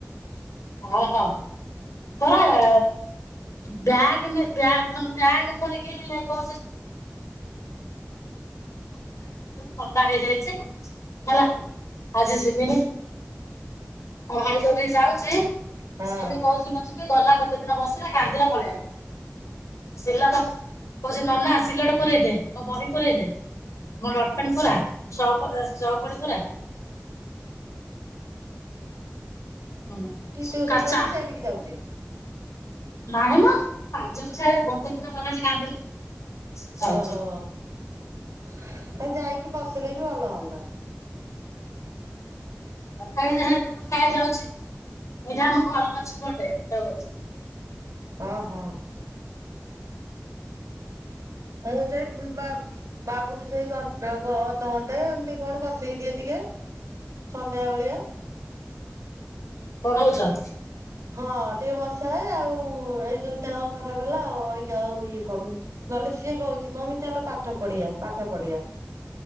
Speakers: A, on the left; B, on the right.
A: ହଁ ହଁ। ପରେ ଆ ବ୍ୟାଗ୍ ନେ ବ୍ୟାଗ୍ ବ୍ୟାଗ୍ ଧରିକି <unintelligible> ଥଣ୍ଡା ହେଇଯାଇଚି ହେଲା ଆଜି ଯିବିନି। ଆ ଭାଇ ଯାଉଠିକି ଯାଉଛି।
B: ହଁ
A: ସିଏ ବି କହୁଛି <unintelligible> ଗଲା ଗୋଟେ ଦିନ ବସିଲା କାନ୍ଦିଲା ପଳିଆଇଲା। ସିଲଟ କହୁଚି ନ ନା ସିଲଡ ପୁରେଇ ଦେ ମୋ ବହି ପୁରଇ ଦେ ମୋ ଡଟ୍ ପେନ୍ ପୁରା ଚକ-ଚ ଖଡି ପୁରା ହୁଁ
B: ଟିଉସନ୍
A: କାଚା
B: ଯାଉଚି ସେଇଟିକି ଯାଉଚି।
A: ନାହିଁ ମ <unintelligible> ଗୋଟେ ଦିନ ଗଲା ଯେ କାନ୍ଦିଲା। ଯାଉଛି
B: ଓହୋ। ତା ଯାଇ କି ବସିଲେ ବି ଭଲ ହୁଅନ୍ତା।
A: <unintelligible> ଯାଉଛି ଏଇଟା ଆମ ଘରେ ଅଛି ଗୋଟେଛି
B: ହଁ ହଁ। ମୁଁ ସେଇ ବା-ବାବୁ ବି ସେଇ ରଙ୍ଗ ଅଧଘଣ୍ଟେ ଏମତି କଣ ବସେଇ ଦିଏ ଟିକେ ସନ୍ଧ୍ୟାବେଳିଆ
A: ପଢଉଚ
B: ହଁ ଟିକେ ବସାଏ ଆଉ ଏଇ ଯୋଉ ଦେହ ଖରାପ ହେଲା ଆଉ ଅଇକା ଆଉ ଇଏ କରୁନି ।ନହେଲେ ସିଏ କହୁଚି ମମି ଚାଲ ପାଠ ପଢିଆ ପାଠ ପଢିଆ।